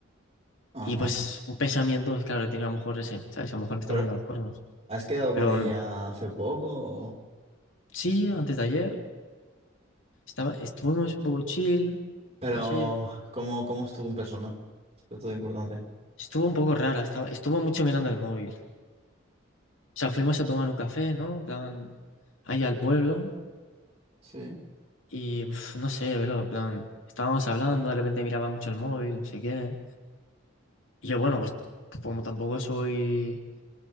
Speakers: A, on the right; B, on the left.
A: Ajá.
B: Y pues un pensamiento, es claro, he tenido a lo mejor ese, ¿sabes? A lo mejor me está
A: Pero,
B: poniendo los cuernos.
A: ¿has quedado con
B: Pero
A: ella
B: mm,
A: hace poco? o?
B: sí, antes de ayer estaba, estuvimos un poco chill,
A: Pero,
B: no sé,
A: ¿cómo, cómo estuvo en persona? Esto es todo importante.
B: estuvo un poco rara, estaba, estuvo mucho mirando el móvil. O sea, fuimos a tomar un café, ¿no? En plan, ahí al pueblo
A: Sí,
B: y uf, no sé, pero en plan, estábamos hablando, de repente miraba mucho el móvil, no sé qué. Y yo, bueno, pues como tampoco soy,